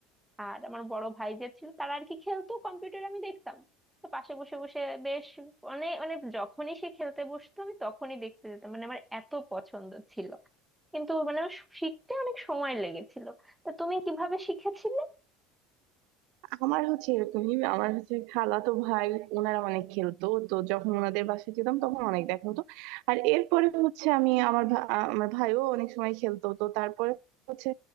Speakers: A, in the centre; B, on the right.
A: আর আমার বড় ভাই যে ছিল তারা আর কি খেলতো কম্পিউটার আমি দেখতাম তো পাশে বসে বসে বেশ অনেক মানে যখনই সে খেলতে বসতো আমি তখনই দেখতে যেতাম মানে আমার এত পছন্দ ছিল কিন্তু মানে আমার শিখতে অনেক সময় লেগেছিল তা তুমি কিভাবে শিখেছিলে
B: আমার হচ্ছে এরকমই আমার হচ্ছে খালাতো ভাই ওনারা অনেক খেলতো তো যখন ওনাদের বাসায় যেতাম তখন অনেক দেখা হতো আর এরপরে হচ্ছে আমি আমার ভা- আ- আমার ভাইও অনেক সময় খেলতো তো তারপরে হচ্ছে